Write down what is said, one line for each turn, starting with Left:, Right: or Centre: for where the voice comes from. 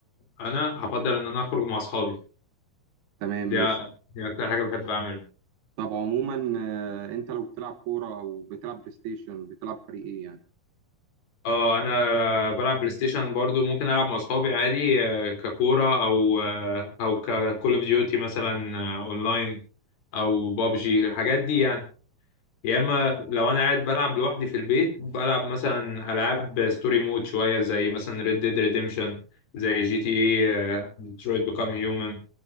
Left: أنا هفضل إن أنا أخرج مع أصحابي
Right: تمام
Left: دي
Right: ماشي
Left: دي أكتر حاجة بحب أعملها
Right: طب عموما آه، انت لو بتلعب كورة او بتلعب بلاي ستيشن بتلعب فريق ايه يعني
Left: أه أنا بلعب بلاي ستيشن برضو ممكن ألعب مع أصحابي عادي آه، ككورة أو آه، أو ككول أوف ديوتي مثلا آه، أونلاين أو بابجي الحاجات دي يعني يا اما لو انا قاعد بلعب لوحدي في البيت بلعب مثلا العاب ستوري مود شويه زي مثلا ريد ديد ريديمشن زي جي تي اي ديترويت بيكام هيومن